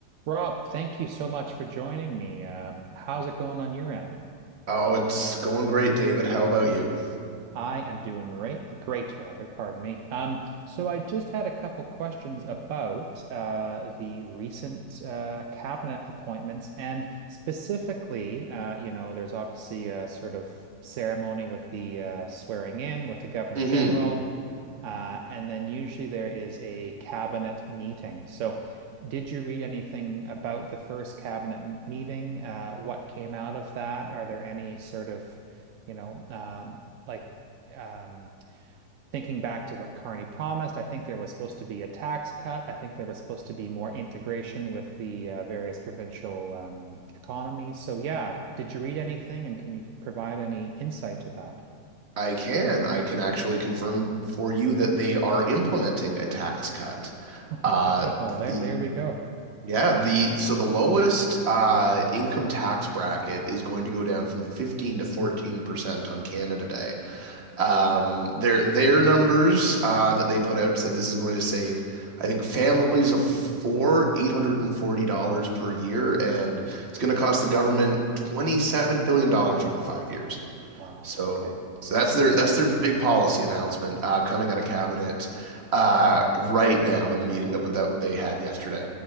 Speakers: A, on the right (about 70°); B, on the right (about 45°).
A: Rob, thank you so much for joining me. Uh, how's it going on your end?
B: Oh, it's going great, David. How about you?
A: I am doing great, great rather, pardon me. Um, so I just had a couple questions about uh, the recent uh, cabinet appointments, and specifically, uh, you know, there's obviously a sort of ceremony with the uh, swearing in with the governor
B: Mm-hmm.
A: general, uh, and then usually there is a cabinet meeting. So, did you read anything about the first cabinet m- meeting? Uh, what came out of that? Are there any sort of, you know, um, like um, thinking back to what Carney promised, I think there was supposed to be a tax cut. I think there was supposed to be more integration with the uh, various provincial um, economies. So yeah, did you read anything, and can you provide any insight to that? <laughs>
B: I can. I can actually confirm for you that they are implementing a tax cut. Uh,
A: Okay, well,
B: the
A: there there we go.
B: yeah, the so the lowest uh income tax bracket is going to go down from 15 to 14% on Canada Day. Um, their their numbers uh, that they put out said this is going to save, I think, families of four, $840 per year, and it's going to cost the government $27 billion dollars over five years.
A: Wow.
B: So,
A: Okay.
B: so that's their that's their big policy announcement uh, coming out of cabinet uh, right now in the meeting that that they had yesterday.